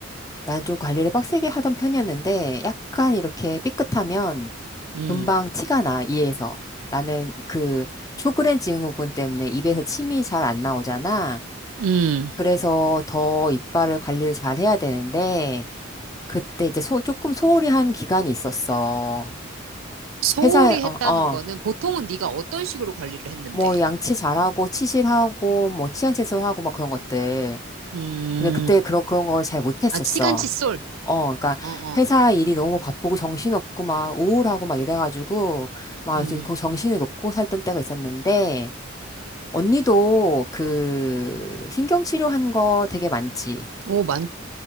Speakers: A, on the left (about 15°); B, on the right (about 85°).
A: 난 좀 관리를 빡세게 하던 편이었는데, 약간 이렇게 삐끗하면
B: 음,
A: 금방 티가 나, 이에서. 나는 그 쇼그렌 증후군 때문에 입에서 침이 잘 안 나오잖아.
B: 음.
A: 그래서 더 이빨을 관리를 잘 해야 되는데, 그때 이제 소, 조금 소홀히 한 기간이 있었어.
B: 소홀히
A: 회사에,
B: 했다는
A: 어, 어,
B: 거는 보통은 네가 어떤 식으로 관리를 했는데?
A: 뭐 양치 잘하고, 치실하고, 뭐 치약 제소하고, 막 그런 것들.
B: 음,
A: 근데 그때 그런, 그런 걸 잘 못했었어.
B: 아, 치간칫솔.
A: 어, 그러니까
B: 어, 어,
A: 회사 일이 너무 바쁘고 정신없고 막 우울하고 막 이래가지고 막
B: 음.
A: 이제 그 정신을 놓고 살던 때가 있었는데 언니도 그 신경치료 한 거 되게 많지.
B: 오, 많지,